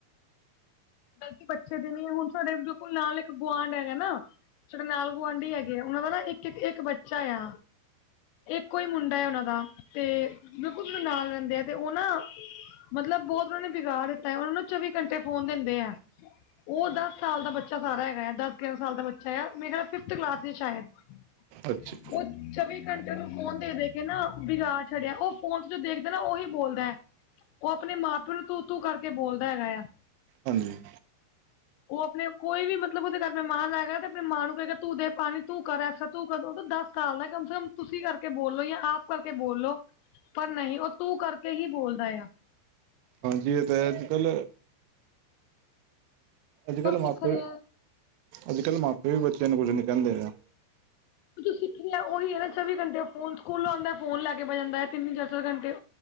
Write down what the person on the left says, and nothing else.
ਗ਼ਲਤੀ ਬੱਚੇ ਦੀ ਨੀ ਐ, ਹੁਣ ਸਾਡੇ ਬਿਲਕੁਲ ਨਾਲ ਇੱਕ ਗੁਆਂਢ ਹੈਗਾ ਨਾ ਜਿਹੜੇ ਨਾਲ ਗੁਆਂਢੀ ਹੈਗੇ ਆ, ਉਹਨਾਂ ਦਾ ਨਾ ਇੱਕ- ਇੱਕ ਬੱਚਾ ਆ। ਇੱਕੋ ਹੀ ਮੁੰਡਾ ਐ ਉਹਨਾਂ ਦਾ, ਤੇ ਬਿਲਕੁਲ ਮੈਨੂੰ ਨਾਲ ਰਹਿੰਦੇ ਆ, ਤੇ ਉਹ ਨਾ ਮਤਲਬ ਬਹੁਤ ਉਹਨਾਂ ਨੇ ਬਿਗਾੜ ਦਿੱਤਾ, ਉਹ ਨਾ ਉਹਨੂੰ ਚੌਵੀ ਘੰਟੇ ਫੋਨ ਦਿੰਦੇ ਐ। ਉਹ ਦਸ ਸਾਲ ਦਾ ਬੱਚਾ ਸਾਰਾ ਹੈਗਾ ਆ। ਦਸ, ਗਿਆਰਾਂ ਸਾਲ ਦਾ ਬੱਚਾ ਆ, ਮੇਰਾ ਖਿਆ ਫਿਫਥ ਕਲਾਸ ਚ ਸ਼ਾਇਦ?
<unintelligible> ਚੌਵੀ ਘੰਟਿਆਂ ਨੂੰ ਫੋਨ ਦੇ ਦੇ ਕੇ ਨਾ ਬਿਗਾੜ ਛੱਡਿਆ। ਉਹ ਫੋਨ ਤੇ ਜੋ ਦੇਖਦਾ ਨਾ, ਉਹੀ ਬੋਲਦਾ ਹੈ। ਉਹ ਆਪਣੇ ਮਾਂਪਿਓ ਨੂੰ ਤੂੰ ਤੂੰ ਕਰਕੇ ਬੋਲਦਾ ਹੈਗਾ ਆ।
ਉਹ ਆਪਣੇ ਕੋਈ ਵੀ ਮਤਲਬ ਉਹਦੇ ਘਰ ਮਹਿਮਾਨ ਆਏਗਾ ਤੇ ਆਪਣੀ ਮਾਂ ਨੂੰ ਕਹਿਗਾ ਤੂੰ ਦੇ ਪਾਣੀ, ਤੂੰ ਕਰ ਐਸਾ, ਤੂੰ ਕਰ ਦ ਦੱਸ ਦਾ ਕਮ ਸੇ ਕਮ ਤੁਸੀਂ ਕਰਕੇ ਬੋਲੋ, ਜਾਂ ਆਪ ਕਰਕੇ ਬੋਲੋ। ਪਰ ਨਹੀਂ, ਉਹ ਤੂੰ ਕਰਕੇ ਹੀ ਬੋਲਦਾ ਆ।
ਉਹ
ਸਿੱਖ ਰਿਹਾ
ਸਿੱਖ ਰਿਹਾ ਉਹੀ ਹੈ ਨਾ ਚੌਵੀ ਘੰਟੇ ਫੋਨ, ਸਕੂਲੋਂ ਆਉਂਦਾ ਫੋਨ ਲੈ ਕੇੈ ਬਹਿ ਜਾਂਦਾ ਐ, ਤਿੰਨ- ਤਿੰਨ ਚਾਰ -ਚਾਰ ਘੰਟੇ।